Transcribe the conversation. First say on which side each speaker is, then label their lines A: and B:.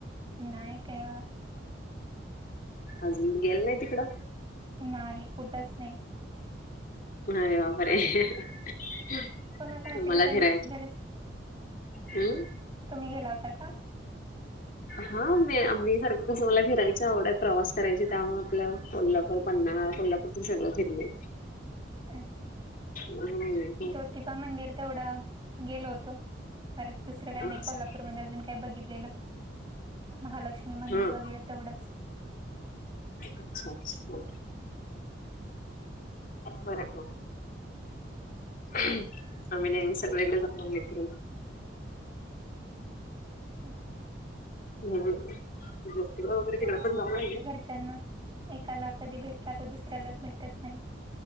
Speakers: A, on the right; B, on the left.
A: नाही काय.
B: अजून गेल नाही तिकडं?
A: नाही कुठच नाही.
B: अरे बापरे आ
A: कोणाकोणाची
B: तुम्हांला
A: घरांची
B: फिरायंच,
A: घरी
B: हम्मं
A: तुम्हीं गेला होता का?
B: हां मी आम्ही सारखं कसं मला फिरायची आवड हाय प्रवासात करायची त्यामुळें आपलं कोल्हापूर पन्हाळा कोल्हापूर मी सगळं फिरले.
A: अच्छा
B: होय
A: ज्योतिबा मंदिर तेवढा गेलो होतो परत दुसरं काय नाही
B: अच्छा
A: कोल्हापूरमध्ये अजून काही बघितलेलं महालक्ष्मी मंदिर
B: हां,
A: वगैरे तेवढंच
B: अच्छा अच्छा बराबर आम्हीं नेहमी सगळे लहान- लहान लेकर.
A: हम्मं
B: म्हणून जोतिबा वैगेरे तिकडे पण जाणारं आहे.
A: च्यांनां, एकाला कधीं भेटला तरं दुसऱ्याला भेटतं नाही.